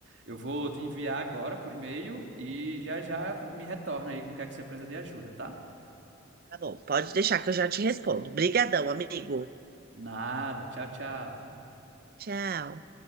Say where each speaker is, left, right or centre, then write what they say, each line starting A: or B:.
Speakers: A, on the right; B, on the right.
A: Eu vou te enviar agora por e-mail e já já me retorna aí com o que é que você precisa de ajuda, tá?
B: Tá bom, pode deixar que eu já te respondo. Brigadão, amigo.
A: Nada. Tchau, tchau.
B: Tchau.